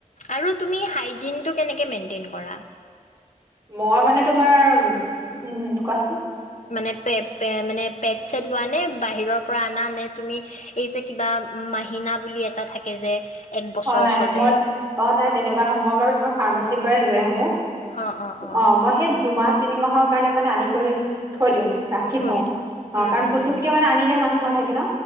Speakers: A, on the left; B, on the right.
A: আৰু তুমি হাইজিনটো কেনেকে মেইনতেইন কৰা?
B: মই মানে তোমাৰ, উম কোৱাচোন
A: মানে পে পে মানে পেট চেট লোৱা নে বাহিৰৰ পৰা আনা নে তুমি এই যে কিবা মাহিনা বুলি এটা থাকে যে এক বছৰ
B: অহ নাই
A: চলে
B: নাই, মই অহ নাই তেনেকুৱা নহয় মই বাৰু তোমাৰ ফাৰ্মাচীৰ পৰাই লৈ আহো।
A: অ', অ', অ',
B: অঁহ মই সেই দুমাহ তিনি মাহৰ কাৰণে মানে আনি কৰি থৈ দিওঁ। ৰাখি
A: থৈ
B: থওঁ
A: দিয়ে
B: অঁহ
A: উম,
B: কাৰণ
A: উম,
B: পুতুকে
A: উম,
B: মানে আনি দিয়া মানুহ নাথাকে কিনা।